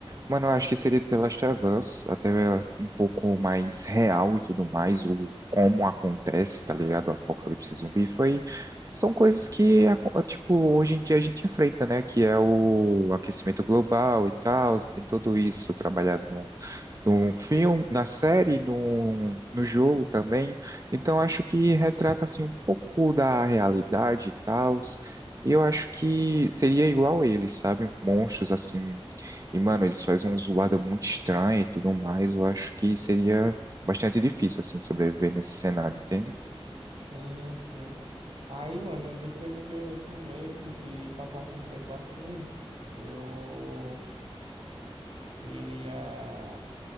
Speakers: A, on the right (about 35°); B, on the right (about 70°).
A: Mano, eu acho que seria The Last of Us, até é, um pouco mais real e tudo mais, o como acontece, tá ligado? O apocalipse zumbi foi. São coisas que, aco- tipo, hoje em dia a gente enfrenta, né? Que é o aquecimento global e tal, tem tudo isso trabalhado num, num filme, na série, num, no jogo também. Então, acho que retrata, assim, um pouco da realidade e tal. E eu acho que seria igual eles, sabe? Monstros, assim e, mano, eles fazem uma zoada muito estranha e tudo mais. Eu acho que seria bastante difícil, assim, sobreviver nesse cenário, entende?
B: Sim, sim. Aí, mano, depois que eu comesse, que passasse um tempo assim, eu. iria.